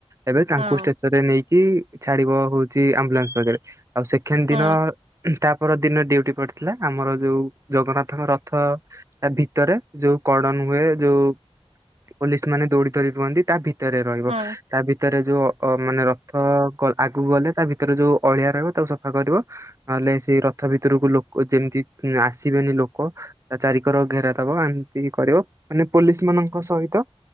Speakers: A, on the right; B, on the right.
A: ଏବେ ତାଙ୍କୁ
B: ହଁ
A: ଷ୍ଟେଚର ରେ ନେଇକି ଛାଡିବ ହଉଛି ଆମ୍ବୁଲାନ୍ସ ପାରେ ଆଉ ସେକେଣ୍ଡ
B: ହଁ
A: ଦିନ ତାପ ଦିନ ଡିଉଟି ପଡିଥିଲା। ଆମର ଯୋଉ ଜଗନ୍ନାଥଙ୍କ ରଥ ତା ଭିତରେ ଯୋଉ କଡନ ହୁଏ। ଯୋଉ ପୋଲିସ ମାନେ ଦୌଡି ଦୌଡି ରୁହନ୍ତି, ତା ଭିତ ଭିତରେ ରହିବ।
B: ହଁ
A: ତା ଭିତରେ ଯୋଉ ଅ ମାନେ ର ତ କ ଆଗକୁ ଗଲେ ତା ଭିତରେ ଯୋଉ ଅଳିଆ ରହବ, ତାକୁ ସଫା କରିବ। ନହେଲେ ସେଇ ରଥ ଭିତରକୁ ଲୋକ ଯେମିତି ଆସିବେନି ଲୋକ। ତା ଚାରିିକର ଘେରା ଦବ ଏମିତି କରିବ ମାନେ ପୋଲିସ ମାନଙ୍କ ସହିତ।